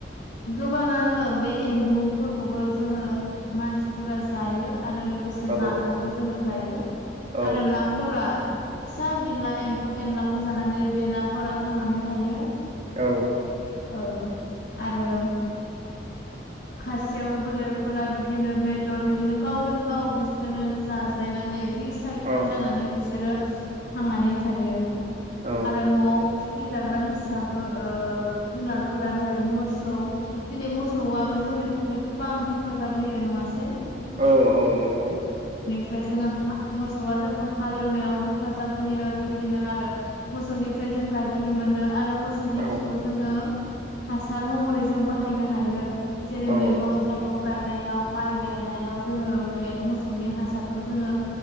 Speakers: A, on the left; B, on the right.
A: गोबाङानो बे एम्बुफोरखौबो जोङो मानसिफोरा जायो। आरो लोगोसे
B: औ
A: नाखौबो
B: औ
A: जोङो जायो
B: औ
A: आरो नाफोरा फिसा बिला एम्फौ एनलाखौ जानानै बे नाफोरा थांनानै थायो।
B: औ।
A: औ आरो खासेव गोलेरफोरा बेबायदिनो बेदर बिदिनो गावजों गाव बिसोरो जाज्लायनानै रिस साइकेल
B: औ
A: जानानै बिसोरो थांनानै थायो
B: औ
A: आरो न'आव फिसिजाग्रा हिसाबै ओ जुनारफोरा जाहैबाय मोसौ दिनै मोसौआबो जोंनि थाखाय गोबां हेफाजाब होयो नङासै?
B: औ औ नंगौ।
A: ओमफ्राय जोङो हा मोसौआ जोंखौ हालेवनायाव हेफाजाब होयो। बेबायदिनो आरो मोसौनिफ्राय जों गाइखेर मोनो। आरो मोसौनि
B: औ
A: खिखौ जोङो हासार महरै जों बाहायनो हायो। जेरै
B: औ
A: मैगं थाइगं गाय नायाव, माइ गायनायाव जोङो बे मोसौनि हासारखौ जोङो